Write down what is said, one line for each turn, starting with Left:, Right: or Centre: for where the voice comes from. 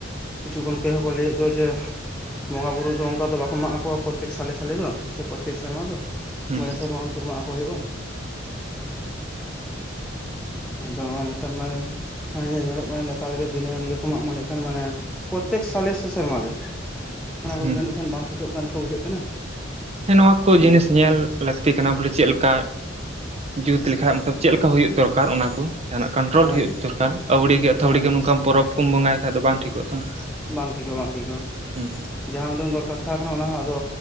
Centre: ᱠᱤᱪᱷᱩ ᱜᱚᱢᱠᱮ ᱦᱚᱸᱠᱚ ᱞᱟᱹᱭᱮᱫ ᱫᱚ ᱡᱮ ᱵᱚᱸᱜᱟ ᱵᱩᱨᱩ ᱫᱚ ᱚᱱᱠᱟ ᱫᱚ ᱵᱟᱠᱚ ᱢᱟᱜ ᱠᱚᱣᱟ ᱯᱨᱚᱛᱮᱠ ᱥᱟᱞᱮ ᱥᱟᱞᱮ ᱫᱚ ᱥᱮ ᱯᱨᱚᱛᱮᱠ ᱥᱮᱨᱢᱟ ᱫᱚ
Right: ᱦᱩᱸ
Centre: ᱢᱚᱬᱮ
Right: ᱦᱩᱸ
Centre: ᱥᱮᱨᱢᱟ ᱚᱱᱛᱚᱨ ᱢᱟᱜ ᱟᱠᱚ ᱦᱩᱭᱩᱜᱼᱟ ᱟᱫᱚ ᱱᱮᱛᱟᱨ ᱢᱟ ᱧᱮᱞᱚᱜ ᱠᱟᱱᱟ ᱞᱮᱛᱟᱲ ᱜᱮ ᱫᱤᱱᱟᱹᱢ ᱜᱮᱠᱚ ᱢᱟᱜ ᱢᱚᱬᱮᱜ ᱠᱟᱱᱟ ᱢᱟᱱᱮ ᱯᱨᱚᱛᱛᱮᱠ ᱥᱟᱞᱮ ᱥᱮ ᱥᱮᱨᱢᱟ ᱨᱮ ᱚᱱᱟ ᱠᱚ
Right: ᱦᱩᱸ
Centre: ᱡᱟᱹᱱᱤᱡ ᱠᱷᱟᱱ ᱵᱟᱝ ᱴᱷᱤᱠᱚᱜ ᱠᱟᱱ ᱞᱮᱠᱟ ᱵᱩᱡᱷᱟᱹᱜ ᱠᱟᱱᱟ
Right: ᱦᱮᱸ ᱱᱚᱣᱟ ᱠᱚ
Centre: ᱫᱟᱫᱤ
Right: ᱡᱤᱱᱤᱥ ᱧᱮᱞ ᱞᱟᱹᱠᱛᱤ ᱠᱟᱱᱟ ᱵᱚᱞᱮ ᱪᱮᱫ ᱞᱮᱠᱟ? ᱡᱩᱛ ᱞᱮᱠᱷᱟᱡ ᱢᱚᱛᱞᱚᱵ ᱪᱮᱫ ᱞᱮᱠᱟ ᱦᱩᱭᱩᱜ ᱫᱚᱨᱠᱟᱨ ᱚᱱᱟ ᱠᱚ? ᱡᱟᱦᱟᱱᱟᱜ ᱠᱚᱱᱴᱨᱳᱞ
Centre: ᱦᱳᱭ
Right: ᱦᱩᱭᱩᱜ ᱫᱚᱨᱠᱟᱨ ᱟᱹᱣᱲᱤ ᱜᱮ ᱟᱹᱛᱷᱟᱹᱣᱟᱹᱲᱤ
Centre: ᱦᱮᱸ
Right: ᱜᱮ ᱱᱚᱝᱠᱟ ᱯᱚᱨᱚᱵᱽ ᱠᱚᱢ ᱵᱚᱸᱜᱟᱭ ᱠᱷᱟᱡ ᱫᱚ ᱵᱟᱝ ᱴᱷᱤᱠᱚᱜ᱾ ᱛᱟᱢᱟ
Centre: ᱵᱟᱝ ᱴᱷᱤᱤᱠᱚᱜᱼᱟ ᱵᱟᱝ ᱴᱷᱤᱠᱚᱜᱼᱟ
Right: ᱦᱩᱸ
Centre: ᱡᱟᱦᱟᱸ ᱩᱰᱟᱹᱝ ᱫᱚᱨᱠᱟᱨ ᱛᱟᱦᱮᱸ ᱠᱟᱱᱟ ᱚᱱᱟ ᱦᱚᱸ ᱟᱫᱚ